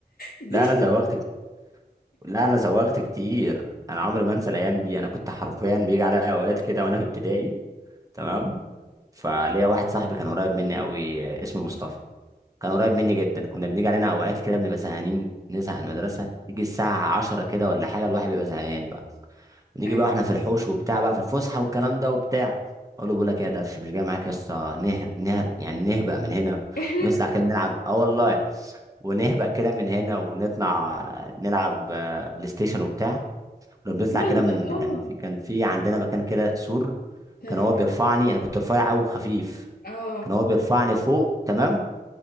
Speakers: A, on the left; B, on the right.
A: دي
B: لا انا
A: كده
B: زوغت كت- لا انا زوغت كتير انا عمري ما انسى الايام دي انا كنت حرفيا بيجي عليا اوقات كده وانا في ابتدائي تمام فليا واحد صاحبي كان قريب مني قوي اسمه مصطفى
A: آه.
B: كان قريب مني جدا كنا بنيجي علينا اوقات كده بنبقى زهقانين نزهق من المدرسه تيجي الساعه 10 كده ولا حاجه الواحد بيبقى زهقان بقى ونيجي
A: أيوة.
B: بقى واحنا في الحوش وبتاع بقى في الفسحه والكلام ده وبتاع اقول له بقول لك ايه يا درش مش جاي معاك يا اسطى نه... نه... يعني نهبق من هنا
A: احلف
B: ونطلع كده نلعب اه والله ونهبق كده من هنا ونطلع نلعب آه، بلاي ستيشن وبتاع ولما بنطلع
A: يلا
B: كده من
A: اه
B: كان في كان في عندنا مكان كده سور
A: تمام
B: كان هو بيرفعني انا كنت رفيع او خفيف
A: اه
B: كان هو بيرفعني فوق تمام